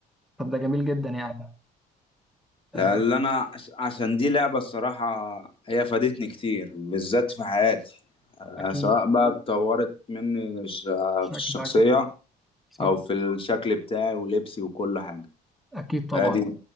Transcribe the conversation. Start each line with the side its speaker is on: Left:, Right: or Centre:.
Centre: طب ده جميل جدا يعني أه
Left: لا،
Centre: بس
Left: اللي انا عش- عشان دي لعبة الصراحة هي فادتني كتير بالذات في حياتي آه،
Centre: اكيد
Left: سواء بقى اتطورت مني ش- آه،
Centre: شكلك
Left: في الشخصية
Centre: صح
Left: او في الشكل بتاعي ولبسي وكل حاجة
Centre: اكيد
Left: فدي
Centre: طبعا